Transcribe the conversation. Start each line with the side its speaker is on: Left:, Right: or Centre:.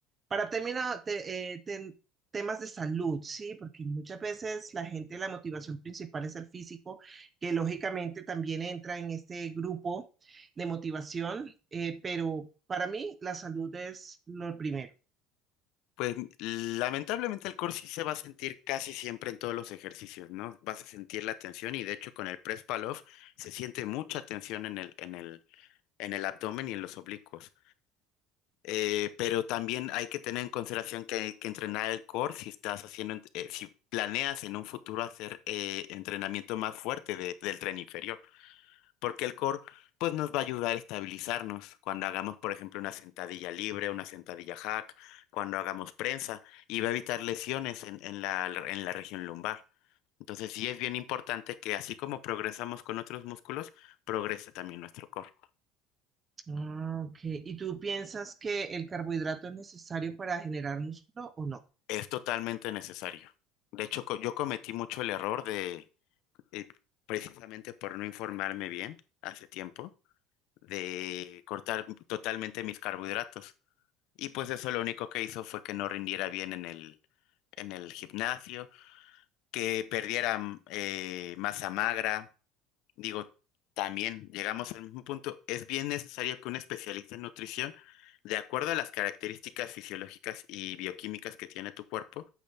Right: para terminar, te- eh, ten- temas de salud, ¿sí? Porque muchas veces la gente, la motivación principal es el físico, que lógicamente también entra en este grupo de motivación, eh, pero para mí la salud es lo primero.
Left: Pues lamentablemente el core sí se va a sentir casi siempre en todos los ejercicios, ¿no? Vas a sentir la tensión y de hecho con el press pull-off se siente mucha tensión en el, en el, en el abdomen y en los oblicuos. Eh, pero también hay que tener en consideración que hay que entrenar el core si estás haciendo, ent- eh, si planeas en un futuro hacer eh, entrenamiento más fuerte de- del tren inferior, porque el core pues nos va a ayudar a estabilizarnos cuando hagamos, por ejemplo, una sentadilla libre, una sentadilla hack, cuando hagamos prensa, y va a evitar lesiones en, en la, en la región lumbar. Entonces sí es bien importante que así como progresamos con otros músculos, progrese también nuestro core.
Right: Ah, ok. ¿Y tú piensas que el carbohidrato es necesario para generar músculo o no?
Left: Es totalmente necesario. De hecho, co- yo cometí mucho el error de, eh, precisamente por no informarme bien hace tiempo, de cortar totalmente mis carbohidratos. Y pues eso lo único que hizo fue que no rindiera bien en el, en el gimnasio, que perdiera mm, eh, masa magra, Digo, también llegamos al mismo punto. Es bien necesario que un especialista en nutrición, de acuerdo a las características fisiológicas y bioquímicas que tiene tu cuerpo,